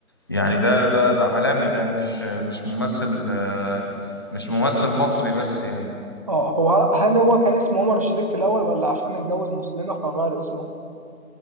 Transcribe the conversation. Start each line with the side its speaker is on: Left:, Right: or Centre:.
Left: يعني ده ده ده عالمي ده مش مش ممثل آه، مش ممثل مصري بس يعني
Right: اه هو هل هو كان اسمه عمر الشريف في الأول ولا عشان اتجوز مسلمة فغير اسمه؟